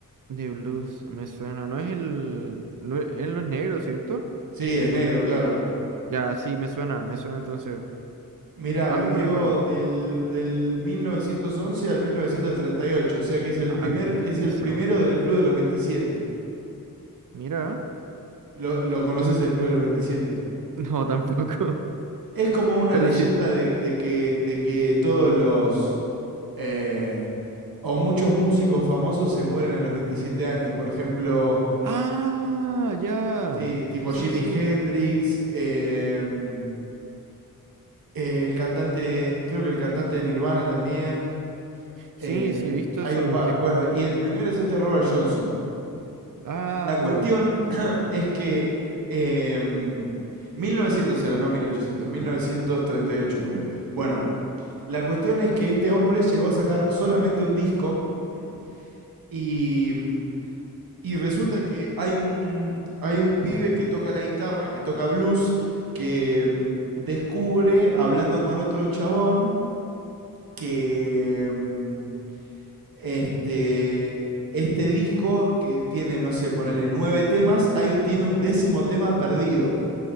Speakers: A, on the right; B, on the right.
A: The Blues, me suena. No es el... no es- él no es negro, ¿cierto?
B: Sí, es negro, claro.
A: Ya, sí, me suena, me suena entonces.
B: Mirá,
A: Algo
B: vivió
A: me recuerdo.
B: del, del 1911 al 1938, o sea que es el
A: Ah,
B: primer,
A: Antiguísimo.
B: es el primero del Club de los 27.
A: Mira.
B: ¿Lo, lo conoces el Club de los 27?
A: No, tampoco. <laughs>
B: Es como una
A: Pero
B: leyenda
A: sí.
B: de, de que, de que todos los eh, o muchos músicos famosos se mueren a los 27 años. Por ejemplo,
A: Ah, ya.
B: sí, tipo
A: Sí,
B: Jimi
A: sí.
B: Hendrix, em, el cantante, creo que el cantante de Nirvana también.
A: Sí,
B: Eh,
A: sí, he visto
B: hay
A: eso,
B: un par.
A: que es
B: Bueno,
A: como...
B: y el primero es este Robert Johnson.
A: Ah,
B: La cuestión
A: ya.
B: <clears throat> es que eh, 1900 era, no 1800, 1938 murió. Bueno, la cuestión es que este hombre llegó a sacar solamente un disco <clears throat> y, y resulta que hay un, hay un pibe que toca la guitarra, que toca blues, que mm, descubre, hablando con otro chabón, que... mm, Este, este disco que tiene, no sé, ponele nueve temas, hay, un- tiene un décimo tema perdido